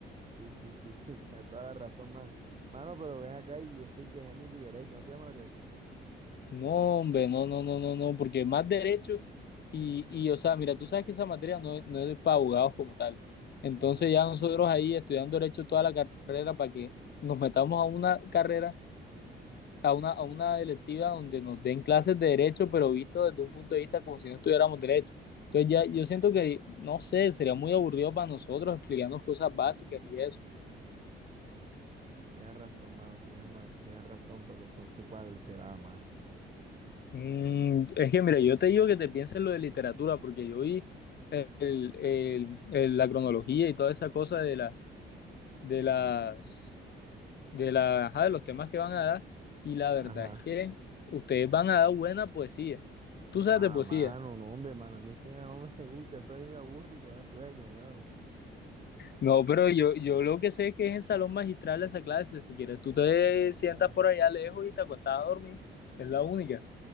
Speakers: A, on the right; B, on the left.
A: Sí, sí, sí, sí, <laughs> tienes toda la razón, mano. Mano, pero ven acá y viste y que género y derecho, ¿no te llama la atención?
B: No, hombre, no, no, no, no, no, porque más derecho y, y o sea, mira, tú sabes que esa materia no, no es para abogados como tal. Entonces
A: Ajá,
B: ya nosotros ahí estudiando derecho toda la carrera para que nos metamos a una carrera a una, a una electiva donde nos den clases de derecho, pero visto desde un punto de vista como si no estudiáramos derecho. Entonces ya yo siento que, no sé, sería muy aburrido para nosotros explicarnos cosas básicas y eso.
A: tienes razón, mano, tienes, ma- tienes razón, pero entonces, ¿cuál será, mano?
B: Mm, es que, mira, yo te digo que te pienses lo de literatura, porque yo vi el- el- el- la cronología y toda esa cosa de, la, de, las, de, la, ajá, de los temas que van a dar, y la verdad
A: Ajá.
B: es que ustedes van a dar buena poesía.
A: Guau,
B: Tú sabes de poesía.
A: mano, no, hombre, mano, a mí esa vaina no me <laughs> gusta, eso a mí me aburre y me da sueño, mano.
B: No, pero yo, yo lo que sé es que es en salón magistral esa clase. Si quieres, tú te
A: Ah, mano,
B: sientas por allá lejos y te acuestas a dormir. Es la única.